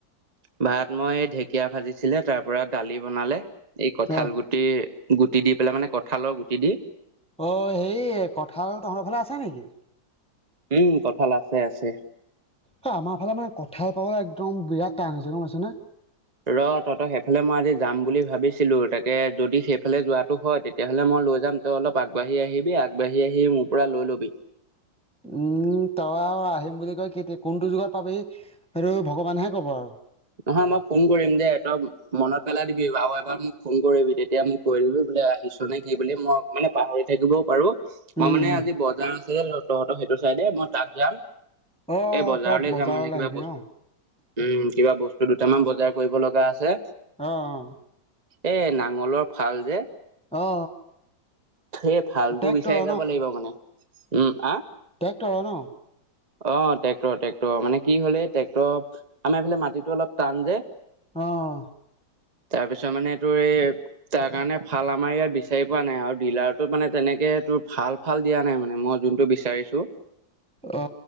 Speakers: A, on the right (about 30°); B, in the centre.
A: ভাত মই এই ঢেকীয়া ভাজিছিলে তাৰপৰা দালি বনালে এই কঁঠাল
B: অ
A: গুটিৰ গুটি দি পেলাই মানে কঁঠালৰ গুটি দি
B: অ সেই কঁঠাল তহঁতৰ ফালে আছে নেকি?
A: উম কঁঠাল আছে আছে।
B: হ আমাৰ ফালে মানে কঁঠাল পাবলে একদম বিৰাট টান হৈছে, গম পাইছে নে?
A: ৰ তহঁত সেইফালে মই আজি যাম বুলি ভাবিছিলো, তাকে যদি সেইফালে যোৱাটো হয় তেতিয়াহলে মই লৈ যাম তই অলপ আগবাঢ়ি আহিবি আগবাঢ়ি আহি মোৰ পৰা লৈ লবি।
B: উম তই আও আহিম বুলি কৈ কেতিয়া কোনটো যুগত পাবিহি সেইটো ভগৱানেহে কব আৰু।
A: নহয় মই ফোন কৰিম দে, তই মনত পেলাই দিবি আৰু এবাৰ মোক ফোন কৰিবি তেতিয়া মোক কৈ দিবি দে আহিছ নে কি বুলি মই মানে পাহৰি থাকিবও পাৰো। মই
B: উম
A: মানে
B: উম
A: আজি বজাৰ আছে তহঁতৰ সেইটো চাইডে মই তাত যাম।
B: অ
A: এই বজাৰলে
B: তই বজাৰলৈ
A: যাম মানে কিবা
B: আহিবি
A: বস্তু
B: ন?
A: উম। কিবা বস্তু দুটামান বজাৰ কৰিব লগা আছে।
B: অ অ।
A: এ নাঙলৰ ফাল যে
B: অ অ
A: সেই ফালটো
B: ট্ৰেক্টৰ
A: বিচাৰি যাব লাগিব মানে, উম আ?
B: টেক্টৰৰ ন?
A: অ ট্ৰেকটৰ ট্ৰেক্টৰ মানে কি হল এই ট্ৰেক্টৰ আমাৰ এইফালে মাটিটো অলপ টান যে।
B: অঁহ।
A: তাৰপিছত মানে এইটো এই তাৰকাৰণে ফাল আমাৰ ইয়াত বিচাৰি পোৱা নাই আৰু ডিলাৰটো মানে তেনেক তেনেকে তোৰ ভাল ভাল দিয়া নাই মানে মই যোনটো বিচাৰিছো।
B: অ